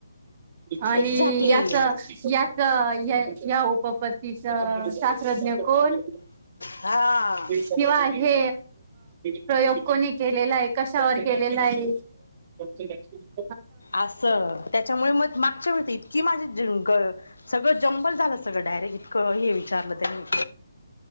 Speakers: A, on the right; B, on the left.
A: आणि
B: एक्झॅक्टली
A: याच या या उपपत्तीच शास्त्रज्ञ कोण
B: हां
A: किंवा हे प्रयोग कोणी केलेला आहे कशावर केलेला आहे कोण
B: असं त्याच्यामुळे मग मागच्या व इतकी माझी सगळं जंबल झालं सगळं डायरेक्ट इतकं हे विचारलं त्यांनी